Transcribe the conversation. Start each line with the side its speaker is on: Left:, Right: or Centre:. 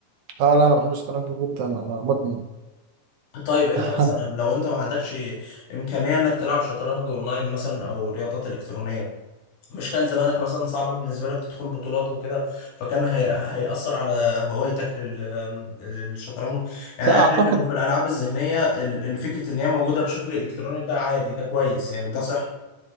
Right: اه لا انا بحب الشطرنج جدا انا مدمن
Left: طيب انت
Right: <laughs>
Left: مثلا لو انت ما عندكش امكانيه انك تلعب شطرنج اونلاين مثلا او رياضات الكترونيه مش كان زمانك مثلا صعب بالنسبه لك تدخل بطولات وكده فكان هي... هيأثر على هوايتك لل... للشطرنج يعني
Right: لا
Left: انا
Right: اعتقد
Left: شايف انه في الالعاب الذهنيه ال... إن فكره ان هي موجوده بشكل الكتروني ده عادي ده كويس يعني ده صح